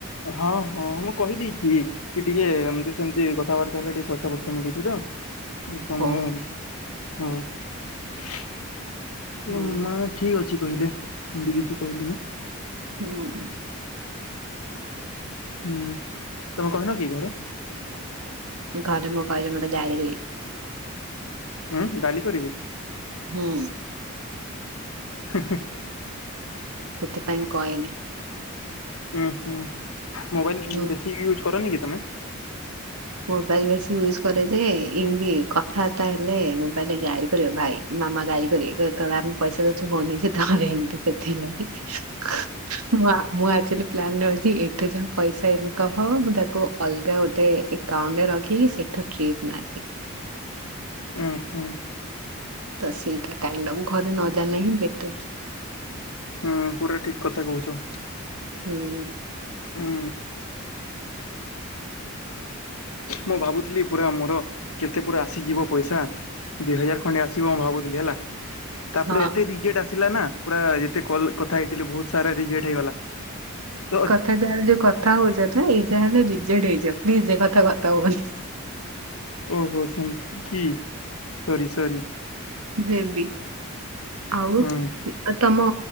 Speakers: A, on the left (about 80°); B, on the right (about 85°).
A: ହଁ ହଁ ମୁଁ କହିଦେଇଛି। କି ଟିକେ ଏମିତି ସେମିତି କଥାବାର୍ତ୍ତା ହେଲେ ଟିକେ ପଇସା ପତ୍ର ମିଳୁଛି ତ। ମୁଁ ହୁଁ
B: ବୋଲି
A: <unintelligible>
B: ହଉ।
A: ଠିକ୍ ଅଛି କହିଲେ ଏମିତି କିିଛି କହିଲେନି।
B: ହୁଁ ଉ
A: ହୁଁ ତମେ କହିନ କି ଘରେ।
B: ଘରେ ମୁଁ କହିଲେ ମୋତେ ଗାଳି କରିବେ।
A: ଉଁ ଗାଲି କରିବେ।
B: ହୁଁ
A: <unintelligible>
B: ସେଥିପାଇଁ କହିନି।
A: ଉଁ ହୁଁ ମୋବାଇଲ
B: ହୁଁ।
A: ବେଶି ୟୁଜ କରନ କି ତମେ।
B: ମୋବାଇଲ ବେଶୀ ୟୁଜ କରେ ଯେ ଏମିତି କଥାବାର୍ତ୍ତା ହେଲେ ମୋବାଇଲରେ ଗାଳି କରିବ ଭାଇ। ମାମା ଗାଳି କରିଏ କହିବେ ତତେ ଆମେ ପଇସା ଦଉଛୁ ହୋନି <unintelligible> <unintelligible> ମୁଁ ଆକ୍ଚୁଆଲି ପ୍ଲାନ୍ ରେ ଅଛି ଏଠୁ ଯାହା ପଇସା ଇନକମ ହବ ମୁଁ ତାକୁ ଅଲଗା ଗୋଟେ ଉଣ୍ଡ ରଖିକି ସେଠୁ ଟ୍ରିପ୍ ମାରିବି।
A: ଏ ହେଁ
B: ତ ସେଇଟା କାଇଁ ନା ମୁ ଘରେ ନ ଜାଣିଲା ହିଁ ବେଟର।
A: ହଁ ପୁରା ଠିକ୍ କଥା କହୁଛ।
B: ହୁଁ
A: ହୁଁ ମୁଁ ଭାବୁଥିଲି ପୁରା ମୋର କେତେ ପୁରା ଆସିଯିବ ପଇସା। ଦିଇ ହଜାର ଖଣ୍ଡେ ଆସିବ ମୁଁ ଭାବୁଥିଲି ହେଲା। ତାପରେ
B: ହଁ
A: ଏତେ ରିଜେଟ୍ ଆସିଲା ନା ପୁରା ଯେତେ କଲ କଥା ହେଇଥିଲି ବହୁତ। ସାରା ରିଜେଟ୍ ହେଇଗଲା ତ
B: କ ଯାହାଲେ ଯୋଉ କଥା ହଉଛ ନା ଏଇ ଯା ହେଲେ ରିଜେଟ ହେଇଯିବ ପ୍ଲିଜ ଏ କଥା କଥା ହୁଅନି।
A: ଓହୋ ସେମିତି କି ସରି ସରି।
B: ବେବି ଆଉ
A: ହୁଁ।
B: ବି ତମ